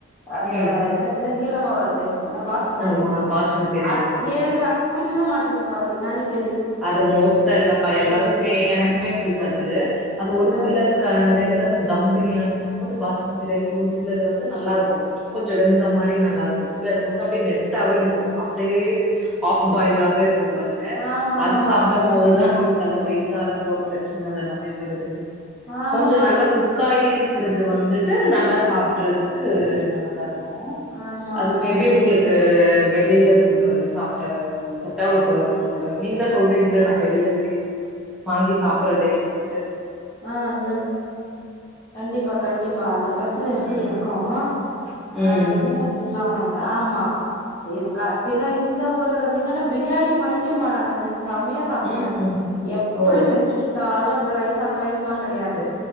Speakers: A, on the left (about 20°); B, in the centre.
A: அந்த
B: ம்
A: என்னது நீலம் எப்போ வருது ஆ பாஸ்மதி
B: ஆமா
A: ரைஸ்ஸு <unintelligible>
B: பாஸ்மதி ரைஸு
A: அ ஏனக்கு அது புடிக்கி வே <unintelligible> மாட்டுது பாதி நெனச்சி
B: அதுல மோஸ்டா இல்லப்பா எல்லாருக்குமே
A: எனக்கு
B: எனக்குமே புடிக்காது அது ஒரு
A: அ
B: சிலர் கடைல தான் அது தம் பிரியாணினா <unintelligible> பாஸ்மதி ரைஸ் ஒரு சிலது வந்து நல்லா இருக்கும் கொஞ்சம் வெந்த மாதிரி நல்லா இருக்கும் சிலது வந்து நெட்டாவே இருக்கும் அப்டியே ஆஃப்பாய்லாவே இருக்கும் குக் பாருங்க
A: ஆமா
B: <unintelligible>
A: ஆமா
B: சாப்டம்
A: அ
B: போதுதான் நமக்கு அந்த வய்த்தால போற பிரச்சன அதெல்லாமே வருது
A: ஆமாப்பா
B: கொஞ்சம் நல்லா குக்காயி இருக்குறது வந்துட்டு நல்லா சாப்ட்டுறதுக்கு நம்மதா இருக்கும்
A: ஆமா
B: அது
A: ஆமா
B: மேபி
A: கண்டிப்பா
B: உங்களுக்கு
A: கண்டிப்பா
B: வெளில இங்க வந்து சாப்ட செட்டாவல போலருக்கு உங்க ஒடம்ப் நீங்க தா சொல்றீங்ளே நான் வெளியில செய் வாங்கி சாப்புறதே இல்லேன்
A: ஆ உம் கண்டிப்பா கண்டிப்பா அந்த பிரச்சனை
B: ம்
A: இருக்குது எனக்கூ ஆ
B: ம்
A: இன்னுமும் சொல்லலாம் ஆம ஆமா இப் க சில இந்த ஒரு மின்னால பிரியாணி பைத்தியம்பா நானு செமையா சாப்டுவே
B: ம் ம்ஹும்
A: எப்டி
B: ஓ
A: செஞ்சு குடுத்தாலூம் <unintelligible> அ அங்க ரைஸெல்லா கெடையாது